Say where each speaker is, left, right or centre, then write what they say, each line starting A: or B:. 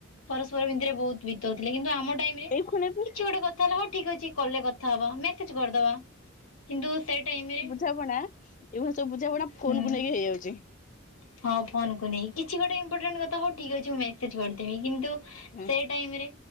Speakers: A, on the left (about 80°); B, on the left (about 35°).
A: ପରସ୍ପର ଭିତରେ ବହୁତୁ ବିତଉଥିଲେ କିନ୍ତୁ ଆମ ଟାଇମରେ
B: ଏଇ ଖୁଣା ବି
A: କିଛି ଗୋଟେ କଥା ହେଲା ଠିକ୍ ଅଛି କଲ ରେ କଥା ହବା ମେସେଜ କରିଦବା କିନ୍ତୁ ସେଇ ଟାଇମରେ
B: ବୁଝାବଣା ଏଇଭଳି ସବୁ ବୁଝାବଣା ଫୋନ
A: ହୁଁ
B: କୁ ନେଇକି ହେଇଯାଉଚି।
A: ହଁ ଫୋନ୍ କୁ ନେଇ କିଛି ଗୋଟେ ଇମ୍ପୋର୍ଟାଣ୍ଟ କଥା ହଉ ଠିକ୍ ଅଛି ମୁଁ ମେସେଜ୍ କରିଦେବି କିନ୍ତୁ
B: ହୁଁ
A: ସେଇ ଟାଇମ୍ ରେ